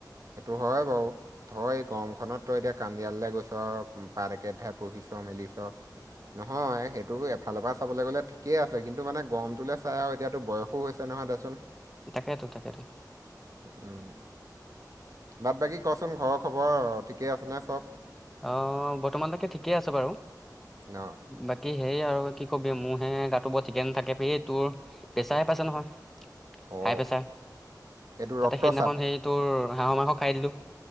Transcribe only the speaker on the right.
সেইটো হয় বাৰু ধই এই গৰমখনত তই দিয়া কান্দিিয়াললৈ গৈছ পাৰ একেঠাই পুহিছ মেলিছ নহয় সেইটো এফালৰ পৰা চাবলৈ গ'লে ঠিকেই আছে কিন্তু মানে গৰমটোলৈ চাই আৰু এতিয়াতো বয়সো হৈছে তেনেহয় দেচোন
উম বাদ বাকী কচোন ঘৰৰ খবৰ ঠিকেই আছেনে চব
ন
অ'
এইটো ৰক্তচাপ।